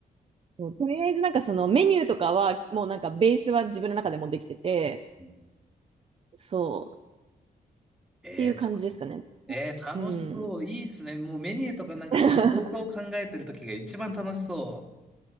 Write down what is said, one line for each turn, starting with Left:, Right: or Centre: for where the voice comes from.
Right: そうとりあえずなんかそのメニューとかは、もうなんかベースは自分の中でもできてて、
Centre: うん
Right: そう、っ
Centre: えー、
Right: ていう感じですかね。
Centre: たえー、楽しそう。
Right: うん。
Centre: いいっすね。もうメニューとかなんかその構想を考えてる時が一番楽しそう。
Right: <laughs>